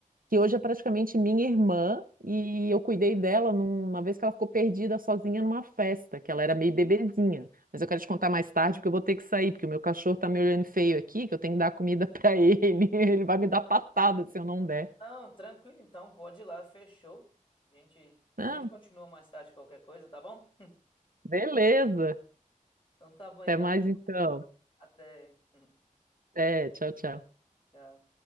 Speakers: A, on the right; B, on the left.
A: que hoje é praticamente minha irmã, e eu cuidei dela numa vez que ela ficou perdida sozinha numa festa, que ela era meio bebezinha. Mas eu quero te contar mais tarde, porque eu vou ter que sair, porque o meu cachorro tá me olhando feio aqui, que eu tenho que dar comida pra ele. <laughs> Ele vai me dar patada se eu não der.
B: Não, tranquilo então, pode ir lá, fechou. A gente,
A: Não,
B: a gente continua mais tarde qualquer coisa, tá bom?
A: beleza.
B: Então tá bom
A: Até
B: então.
A: mais então.
B: Falou, até. <laughs>
A: É, tchau, tchau.
B: Tchau.